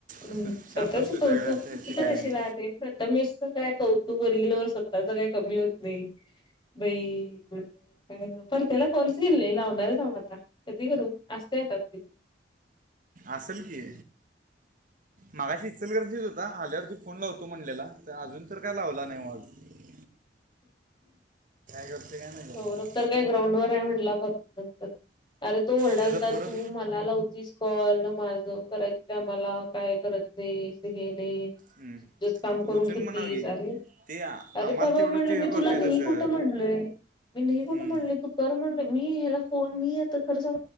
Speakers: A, on the left (about 25°); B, on the right (about 50°).
A: हुं
B: असं
A: हू स्वतःच
B: शांत असतो
A: कौतुक
B: सगळ्या त्या
A: किती
B: ठिकाणी
A: करशीला
B: मी
A: ते प्रथमेशच काय कौतु क करशील स्वतःच काय कमी होत नाही बई म्हणलं काय मग परत्याला कॉलच केलं नाही लावणार आहे थांब आता कधी करू? देतात का ते
B: असल की
A: <unintelligible>
B: मघाशी इचलकरंजीत हुता आल्यावरती फोन लावतो म्हणलेला तर अजून तर काय लावला नाही बग
A: <unintelligible>
B: करते काय नाही बाबा
A: सौरभ तर काय ग्राउंड वर आहे म्हणला करतो नंतर अरे तो ओरडालता
B: त्याचं पुरं
A: तू मला लावतीस, कॉल माझं करायच्या टायमाला काय करत नाईस हे
B: हम्म.
A: काम
B: तू
A: करून
B: उचल
A: घेत
B: म्हणाव की
A: अरे
B: ते आ-
A: अरे
B: आम्हाला
A: बाबा
B: तेवढं
A: म्हटल
B: ते
A: मी
B: हे करतोय
A: नहीं
B: तसं
A: कुठ म्हंटलोय मी नहीं कुठ
B: हम्म.
A: म्हणलय तू कर म्हटल मी ला फोन मी येत खर स